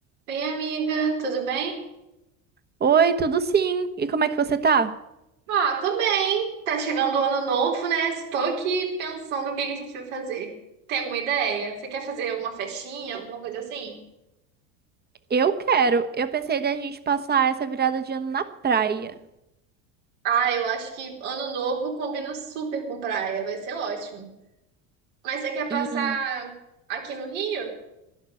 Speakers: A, on the right (about 80°); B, on the right (about 25°).
A: Oi, amiga, tudo bem?
B: Oi, tudo sim? E como é que você tá?
A: Ah, tô bem. Tá chegando o ano novo, né? Estou aqui pensando o que que a gente vai fazer. Tem alguma ideia? Você quer fazer uma festinha, alguma coisa assim?
B: Eu quero. Eu pensei da gente passar essa virada de ano na praia.
A: Ah, eu acho que ano novo combina super com praia, vai ser ótimo. Mas você quer passar
B: E
A: aqui no Rio?